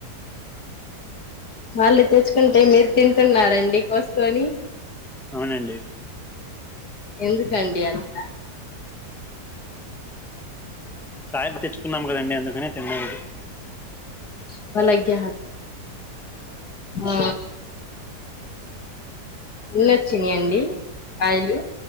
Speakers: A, on the left; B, in the centre.
A: వాళ్ళు తెచ్చుకుంటే మీరు తింటున్నారండి కోసుకొని
B: అవునండి
A: ఎందుకండి అట్ల
B: కాయలు తెచ్చుకున్నాం కదండి అందుకనే <unintelligible>
A: <inaudible> ఆ ఎన్ని వచ్చినయండి కాయలు